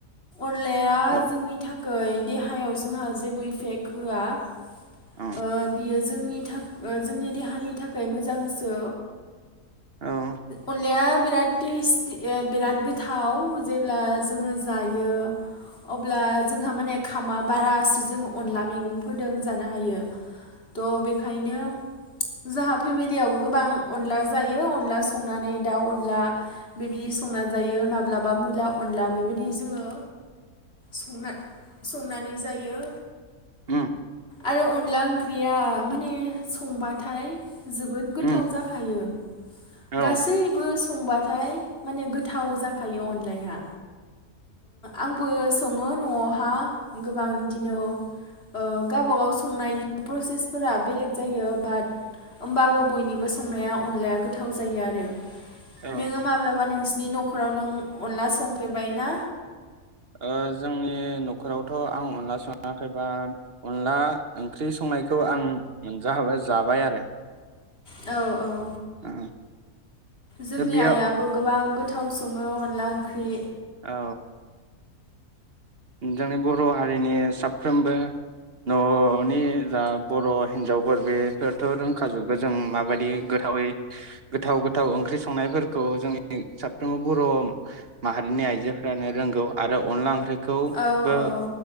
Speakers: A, on the left; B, on the right.
A: अनलाया
B: औ
A: जोंनि थाख खै देहायाव जोंहा जेबो इफेक्ट होआ ओ
B: औ
A: जोंनि थाख ओ जोंनि देहानि थाखाय मोजांसो
B: औ
A: अनलाया बिराद टेस्टि बिराद गोथाव जेब्ला जोङो जायो अब्ला जोंहा माने खामा बारासो जोङो अनला मैगंफोरदों जानो हायो थ बेखायनो जोंहा फेमिलियावबो गोबां अनला जायो अनला संनानै दाउ अनला बेबायदि संना जायो माब्लाबा मुला अनला बेबायदि जोङो संना संनानै जायो।
B: ओ
A: आरो अनला ओंख्रि या माने संबाद नाथाय जोबोद गोथाव
B: उम
A: जाखायो
B: औ
A: गासैबो सुबुं संबाथाय माने गोथाव जाखायो अनलाया आंबो सङो नआवहा गोबां बिदिनो ओ गावबागाव संनायनि प्रसेसफोरा बेलेग जायो बाट होमबाबो बयनिबो संनाया अनलाया गो गोथाव जायो आरो
B: औ
A: नोङो माब्लाबा नोंसि नि नखराव नों अनला संफेरबाय ना
B: ओ जोंनि नखरावथ आं अनला सङाखैबा अनला ओंख्रि संनायखौ आं मोनजाहाबाय जाबाय आरो
A: औ औ
B: ओ
A: जोंनि
B: दा बेयाव
A: आइयाबो गोबां गोथ थाव सङो अनला ओंख्रि
B: औ जोंनि बर' हारिनि साफ्रोमबो ननि जा बर हिनजावफोर बेफोरथ रोंखाजोबगोन जों माबायदि गोथावै गोथाव गोथाव ओंख्रि संनायफोरखौ जोंनि साफ्रोमबो बर माहारिनि आइजोफ्रानो रोंगौ आरो अनला ओंख्रि खौबो
A: औ औ